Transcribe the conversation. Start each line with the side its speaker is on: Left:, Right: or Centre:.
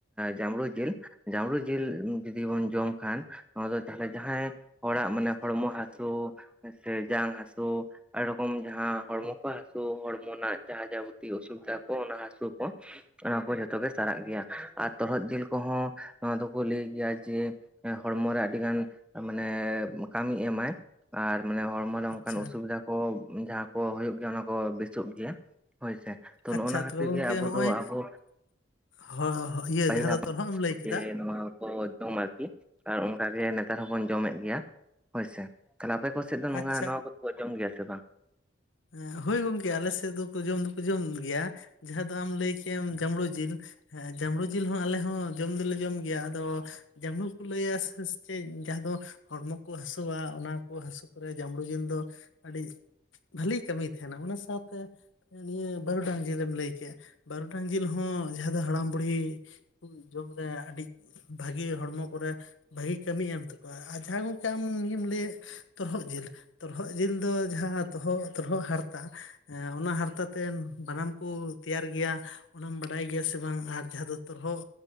Centre: ᱡᱟᱸᱵᱽᱲᱩ ᱡᱤᱞ ᱡᱟᱸᱵᱽᱲᱩ ᱡᱤᱞ ᱡᱩᱫᱤ ᱵᱚᱱ ᱡᱚᱢ ᱠᱷᱟᱱ ᱱᱚᱣᱟ ᱫᱚ ᱛᱟᱦᱞᱮ ᱡᱟᱦᱟᱸᱭ ᱦᱚᱲᱟᱜ ᱢᱟᱱᱮ ᱦᱚᱲᱢᱚ ᱦᱟᱹᱥᱩ ᱥᱮ ᱡᱟᱝ ᱦᱟᱹᱥᱩ ᱟᱹᱰᱤ ᱨᱚᱠᱚᱢ ᱡᱟᱦᱟᱸ ᱦᱚᱲᱢᱚ ᱠᱚ ᱦᱟᱹᱥᱩ ᱦᱚᱲᱢᱚ ᱨᱮᱱᱟᱜ ᱡᱟᱦᱟᱸ ᱡᱟᱵᱚᱛᱤ ᱚᱥᱩᱵᱤᱫᱷᱟ ᱠᱚ ᱚᱱᱟ ᱦᱟᱹᱥᱩ ᱠᱚ ᱚᱱᱟ ᱠᱚ ᱡᱚᱛᱚ ᱜᱮ ᱥᱟᱨᱟᱜ ᱜᱮᱭᱟ ᱟᱨ ᱛᱚᱨᱦᱚᱫ ᱡᱤᱞ ᱠᱚᱦᱚᱸ ᱱᱚᱣᱟ ᱫᱚᱠᱚ ᱞᱟᱹᱭ ᱜᱮᱭᱟ ᱡᱮ ᱦᱚᱲᱢᱚ ᱨᱮ ᱟᱹᱰᱤ ᱜᱟᱱ ᱮᱻ ᱠᱟᱹᱢᱤᱭ ᱮᱢᱟᱭ ᱟᱨ ᱢᱟᱱᱮ ᱦᱚᱲᱢᱚᱨ ᱨᱮ
Left: ᱟᱪᱪᱷᱟ
Centre: ᱚᱱᱠᱟᱱ ᱚᱥᱩᱵᱤᱫᱟ ᱠᱚ ᱡᱟᱦᱟᱸ ᱠᱚ ᱦᱩᱭᱩᱜ ᱜᱮᱭᱟ ᱚᱱᱟ ᱠᱚ ᱵᱮᱥᱚᱜ ᱜᱮᱭᱟ᱾ ᱦᱳᱭ ᱥᱮ, ᱛᱚ
Left: ᱟᱪᱪᱷᱟ
Centre: ᱱᱚᱜᱼᱱᱟ ᱠᱷᱟᱹᱛᱤᱨ
Left: ᱛᱚᱵᱮ ᱜᱚᱝᱠᱮ
Centre: ᱜᱮ ᱟᱵᱚ
Left: ᱦᱚᱸᱜᱼᱚᱭ
Centre: ᱫᱚ ᱟᱵᱚ
Left: <inaudible> ᱦᱚ ᱤᱭᱟᱹ
Centre: ᱯᱟᱹᱦᱤᱞ
Left: ᱡᱟᱦᱟᱸ ᱫᱚ
Centre: ᱦᱟᱯᱲᱟᱢ
Left: ᱯᱨᱚᱛᱷᱚᱢ ᱮᱢ ᱞᱟᱹᱭ ᱠᱮᱫᱟ᱾
Centre: ᱡᱮ ᱱᱚᱣᱟ ᱠᱚ ᱡᱚᱢ ᱟᱨᱠᱤ, ᱟᱨ ᱚᱱᱠᱟᱜᱮ ᱱᱮᱛᱟᱨ ᱦᱚᱸᱵᱚᱱ ᱡᱚᱢᱮᱫ ᱜᱮᱭᱟ ᱾ ᱦᱳᱭ ᱥᱮ, ᱛᱟᱦᱚᱞᱮ ᱟᱯᱮ ᱠᱚ ᱥᱮᱫ ᱫᱚ ᱱᱚᱦᱟ
Left: ᱟᱪᱪᱷᱟ
Centre: ᱱᱚᱣᱟ ᱠᱚᱫᱚ ᱠᱚ ᱡᱚᱢ ᱜᱮᱭᱟ ᱥᱮ ᱵᱟᱝ?
Left: ᱦᱩᱸ ᱦᱳᱭ ᱜᱚᱢᱠᱮ ᱟᱞᱮ ᱥᱮᱫ ᱫᱚᱠᱚ ᱡᱚᱢ ᱫᱚᱠᱚ ᱡᱚᱢ ᱜᱮᱭᱟ ᱡᱟᱦᱟᱸ ᱫᱚ ᱟᱢ ᱞᱟᱹᱭ ᱠᱮᱜᱟᱢ ᱡᱟᱸᱢᱲᱩ ᱡᱤᱞ᱾ ᱦᱮᱸ ᱡᱟᱸᱢᱲᱩ ᱡᱤᱞ ᱦᱚᱸ ᱟᱞᱮ ᱦᱚᱸ ᱡᱚᱢ ᱫᱚᱞᱮ ᱡᱚᱢ ᱜᱮᱭᱟ ᱾ ᱟᱫᱚ ᱡᱟᱸᱵᱽᱲᱩ ᱠᱚ ᱞᱟᱹᱭᱟ ᱥᱮ ᱪᱮᱫ ᱡᱟᱦᱟᱸ ᱫᱚ ᱦᱚᱲᱢᱚ ᱠᱚ ᱦᱟᱹᱥᱩᱣᱟ ᱚᱱᱟ ᱠᱚ ᱦᱟᱹᱥᱩ ᱠᱚᱨᱮ ᱡᱟᱸᱢᱲᱩ ᱡᱤᱞ ᱫᱚ ᱟᱹᱰᱤ ᱵᱷᱟᱹᱞᱤ ᱠᱟᱹᱢᱤ ᱛᱟᱦᱮᱱᱟ ᱾ ᱚᱱᱟ ᱥᱟᱶᱛᱮ ᱱᱤᱭᱟᱹ ᱵᱟᱹᱨᱩᱰᱟᱝ ᱡᱤᱞᱮᱢ ᱞᱟᱹᱭ ᱠᱮᱜ-ᱟ, ᱵᱟᱹᱨᱩᱰᱟᱝ ᱡᱤᱞ ᱦᱚᱸ ᱡᱟᱦᱟᱸ ᱫᱚ ᱦᱟᱲᱟᱢ ᱵᱩᱲᱦᱤ ᱦᱩᱸ ᱡᱚᱢ ᱨᱮ ᱟᱹᱰᱤ ᱵᱷᱟᱜᱤ ᱦᱚᱲᱢᱚ ᱠᱚᱨᱮ ᱵᱷᱟᱹᱜᱤ ᱠᱟᱹᱢᱤᱭ ᱮᱢ ᱛᱟᱠᱚᱣᱟ ᱾ ᱟᱨ ᱡᱟᱦᱟᱸᱭ ᱜᱚᱢᱠᱮ ᱟᱢ ᱱᱤᱭᱟᱹᱮᱢ ᱞᱟᱹᱭᱮᱫ ᱛᱚᱨᱚᱦᱚᱫ ᱡᱤᱞ ᱛᱚᱨᱚᱦᱚᱫ ᱡᱤᱞ ᱫᱚ ᱡᱟᱦᱟᱸ ᱫᱚᱦᱚ ᱛᱚᱨᱚᱦᱚᱫ ᱦᱟᱨᱛᱟ ᱦᱮᱸ ᱚᱱᱟ ᱦᱟᱨᱛᱟ ᱛᱮ ᱵᱟᱱᱟᱢ ᱠᱚ ᱛᱮᱭᱟᱨ ᱜᱮᱭᱟ᱾ ᱚᱱᱟᱢ ᱵᱟᱰᱟᱭ ᱜᱮᱭᱟ ᱥᱮ ᱵᱟᱝ ᱟᱨ ᱡᱟᱦᱟᱸ ᱫᱚ ᱛᱚᱨᱦᱚᱫ